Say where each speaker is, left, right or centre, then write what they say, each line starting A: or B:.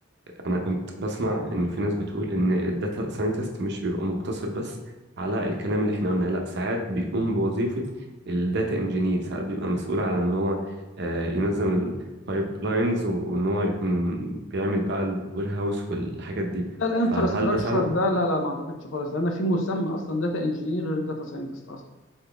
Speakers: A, on the right (about 60°); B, on the left (about 80°).
A: أنا كنت بسمع إن في ناس بتقول إن الداتا ساينتست مش بيبقى مقتصر بس على الكلام اللي إحنا قلناه لأ ساعات بيقوم بوظيفة الداتا إنجينير ساعات بيبقى مسؤول على إن هو آه، ينظم البايب لاينز وإن هو يكون بيعمل بقى الوير هاوس والحاجات دي
B: لا الانفراستراكشر
A: فهل ده فعلا؟
B: ده لا لا ما اعتقدش خالص لان في مسمى اصلا داتا انجينير غير داتا ساينتست اصلا